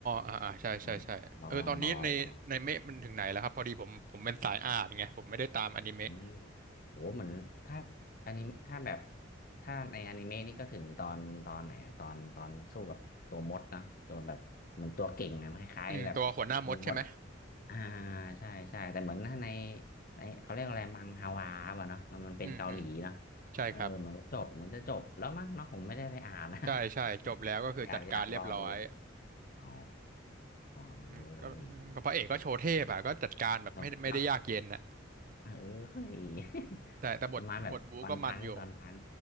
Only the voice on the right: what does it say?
อ่าอ่าใช่ใช่ใช่เออตอนนี้ในในเมะมันถึงไหนแล้วครับพอดีผมผมเป็นสายอ่านไงผมไม่ได้ตามอนิเมะ
อืมตัวหัวหน้ามดใช่ไหม
อืมอืมใช่ครับ
ใช่ใช่จบแล้วก็คือจัดการเรียบร้อย
อืมก็ก็พระเอกก็โชว์เทพอ่ะก็จัดการแบบไม่ไม่ได้ยากเย็นน่ะ
แต่แต่บทบทบูก็มันอยู่